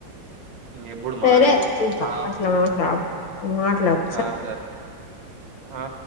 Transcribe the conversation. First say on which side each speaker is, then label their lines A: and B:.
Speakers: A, on the right; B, on the left.
A: ఎప్పుడు
B: సరే
A: మారేది.
B: ఇంక
A: ఆ!
B: అట్లా మాట్లాడకు. మాట్లాడు
A: ఆ సరే ఆ